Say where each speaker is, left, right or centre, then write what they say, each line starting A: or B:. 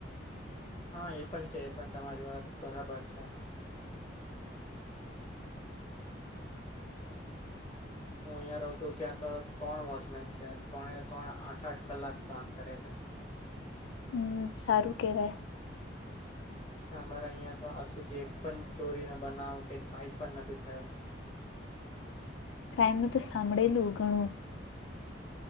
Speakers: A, on the left; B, on the left.
A: હા એ પણ છે, પણ તમારી વાત બરાબર છે. હું અહિયાં રહું છું, ત્યાં તો ત્રણ વોચમેન છે, ત્રણે ત્રણ આઠ આઠ કલાક કામ કરે છે.
B: હમ્મ, સારું કેવાય.
A: એટલે અમારે અહિયાં તો આજ સુધી એક પણ ચોરી નો બનાવો, કે કઈ પણ નથી થયો.
B: ક્રાઈમ નુ તો સાંભળેલું ઘણું.